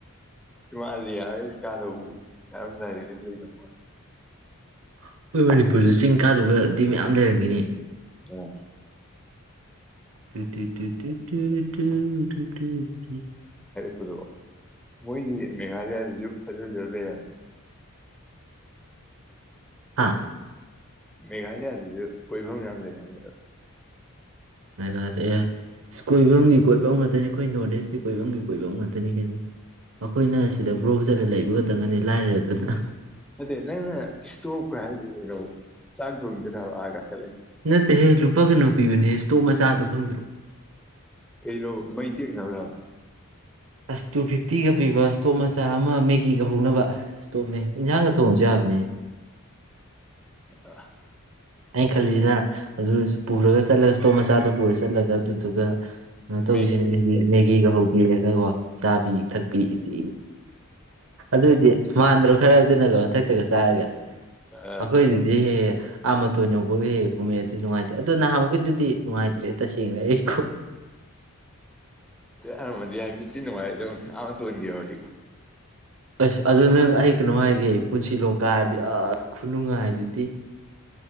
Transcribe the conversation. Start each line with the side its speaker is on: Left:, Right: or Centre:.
Centre: ꯁ ꯃꯥꯜꯂꯤ ꯍꯥꯏꯔꯁꯨ <unintelligible> ꯀꯥꯗꯧ ꯀꯥꯔꯝꯗꯥꯏꯗ ꯀ ꯂꯩꯔꯝꯃ
Right: ꯑꯩꯈꯣꯏ ꯃꯅꯤꯄꯨꯔꯁꯨ ꯆꯤꯡ ꯀꯥꯗꯕꯗꯤ ꯃꯌꯥꯝ ꯂꯩꯔꯝꯈꯤꯅꯤ
Centre: ꯎꯝ
Right: ꯇ ꯇ ꯇ ꯇ ꯇ ꯇ
Centre: ꯑꯗꯨ ꯃꯣꯏ ꯃꯦꯒꯥꯂꯥꯌꯥ ꯗꯁꯨ ꯐꯖ ꯐꯖꯕ ꯂꯩ ꯍꯥꯌꯕꯅꯤ
Right: ꯍꯥꯥ
Centre: ꯃꯦꯘꯥꯂꯌꯥꯗꯁꯨ ꯀꯣꯏꯐꯝ ꯌꯥꯝ ꯂꯩ ꯍꯥꯏꯕꯅꯦ
Right: ꯃꯦꯒꯥꯗ ꯑꯦ ꯀꯣꯏꯐꯝꯒꯤ ꯀꯣꯏꯐꯝ ꯉꯥꯛꯇꯅꯤ ꯑꯩꯈꯣꯏ ꯅꯣꯔꯠ ꯏꯁꯇꯤ ꯀꯣꯏꯐꯝꯒꯤ ꯀꯣꯏꯐꯝ ꯉꯥꯛꯇꯅꯤ ꯀꯩꯅꯣ ꯑꯩꯈꯣꯏꯅ ꯁꯤꯗ ꯕ꯭ꯔꯣꯛ ꯆꯠꯂ ꯂꯩꯕ ꯈꯛꯇꯪꯒꯅꯤ ꯂꯥꯏꯔꯦ ꯑꯗꯨꯅ
Centre: ꯑꯗꯨꯗ ꯅꯪꯅ ꯏꯁꯇꯣꯞꯀ ꯍꯥꯏꯗ ꯀꯩꯅꯣ ꯆꯥꯛ ꯊꯣꯡꯒꯗꯕ ꯑꯥꯒ ꯈꯠ ꯂꯩ
Right: ꯅꯠꯇꯦꯍꯦ ꯂꯨꯄꯥ ꯀꯩꯅꯣ ꯄꯤꯕꯅꯦ ꯏꯁꯇꯣꯞ ꯃꯆꯥꯗꯣ ꯈꯪꯗ꯭ꯔꯣ
Centre: ꯀꯩ ꯂꯣ ꯃꯩ ꯇꯦꯛꯅꯕꯔꯥ
Right: ꯑꯁ ꯇꯨ ꯐꯤꯐꯇꯤꯒ ꯄꯤꯕ ꯏꯁꯇꯣꯞ ꯃꯆꯥ ꯑꯃ ꯃꯦꯒꯤꯒ ꯍꯧꯅꯕ ꯏꯁꯇꯣꯞꯅꯦ ꯏꯟꯁꯥꯡꯒ ꯊꯣꯡꯉꯁꯨ ꯌꯥꯕꯅꯦ
Centre: ꯑ
Right: ꯑꯩ ꯈꯂꯁꯤꯗ ꯑꯗꯨꯁꯨ ꯄꯨꯔꯒ ꯆꯠꯂꯒ ꯏꯁꯇꯣꯝ ꯃꯆꯥꯗꯨ ꯄꯨꯔꯒ ꯆꯠꯂꯒ ꯑꯗꯨꯗꯨꯒ ꯀꯩꯅꯣ ꯇꯧꯁꯤꯅꯦ
Centre: ꯃꯦꯒꯤ ꯑꯣꯏꯔꯗꯤ
Right: ꯃꯦꯒꯤꯒ ꯍꯧꯕꯤꯔꯒꯀꯣ ꯆꯥꯕꯤ ꯊꯛꯄꯤ ꯏꯆꯦ ꯑꯗꯨꯑꯣꯏꯗꯤ ꯃꯥꯟꯗ꯭ꯔꯣ ꯈꯔ ꯑꯗꯨ ꯆꯒ ꯃꯟꯊꯛꯇꯒ ꯆꯥꯔꯒꯦ
Centre: ꯑꯥ
Right: ꯑꯈꯣꯏꯗꯗꯤꯗꯤꯦ ꯑꯥ ꯃꯇꯣꯟ ꯌꯧꯕꯒ ꯍꯦꯛ ꯀꯨꯝꯃꯦ ꯑꯗꯨ ꯅꯨꯡꯉꯥꯏꯇꯦ ꯑꯗꯣ ꯅꯍꯥꯟꯃꯨꯛꯩꯗꯨꯗꯤ ꯅꯨꯡꯉꯥꯏꯇ꯭ꯔꯦ ꯇꯁꯦꯡꯅ ꯑꯩ
Centre: ꯇꯔ ꯃꯗꯤ ꯍꯥꯏꯇ ꯅꯅꯨꯡ ꯃꯥꯥꯏ <unintelligible> ꯑꯥ ꯃꯇꯣꯟ ꯌꯧꯔꯗꯤ
Right: ꯑꯁ ꯑꯗꯨ ꯅꯪ ꯑꯩ ꯀꯩꯅꯣ ꯍꯥꯏꯒꯦ ꯄꯨꯟꯁꯤꯂꯣ ꯀꯥꯔꯗꯤ ꯑꯁ ꯈꯨꯅꯨꯡꯉꯥꯏ ꯍꯥꯏꯗꯨꯗꯤ